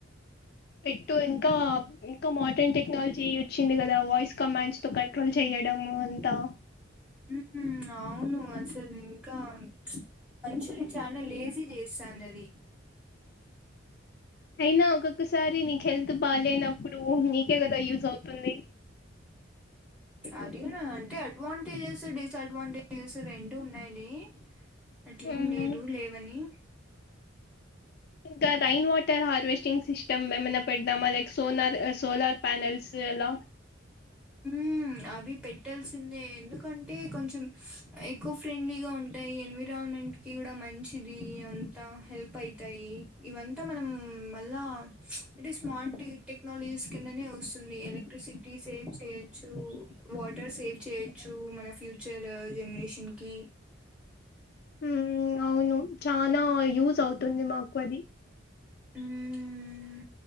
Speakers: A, on the left (about 50°); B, in the centre.
A: ఎట్టు ఇంకా ఇంక మోడర్న్ టెక్నాలజీ వచ్చింది కదా వాయిస్ కమాండ్స్తో కంట్రోల్ చెయడము అంతా
B: మ్మ్ అవును అస్సలు ఇంకా మనుషులు చాలా లేజీ చేసా అన్నది
A: అయినా ఒక్కొక్కసారి నీకు హెల్త్ బాలేనప్పుడు నీకే కదా యూజ్ అవుతుంది
B: అది కూడ అంటే అడ్వాంటేజెస్ డిసడ్వాంటేజెస్ రెండు ఉన్నాయ్లే అట్లేం
A: ఉమ్
B: లేదు లేవని
A: ఇంకా రైన్ వాటర్ హార్వెస్టింగ్ సిస్టమ్ ఏమైనా పెడదమా లైక్ సోనర్ సోలార్ ప్యానెల్స్ అల అ
B: ఉమ్ అవి పెట్టాల్సిందే ఎందుకంటే కొంచెం ఎకో ఫ్రెండ్లీగా ఉంటే ఈ ఎన్విరాన్మెంట్కి కూడా మంచిది అంతా హెల్ప్ అయితయి ఇవంతా మనం మళ్ళా ఇది స్మార్ట్ టెక్నాలజీస్ కిందనే వస్తుంది ఎలక్ట్రిసిటీ సే చేయొచ్చు వాటర్ సేవ్ చేయొచ్చు మన ఫ్యూచర్ జనరేషన్ కి
A: మ్మ్ అవును చానా యూజ్ అవుతుంది మాకు అది
B: మ్మ్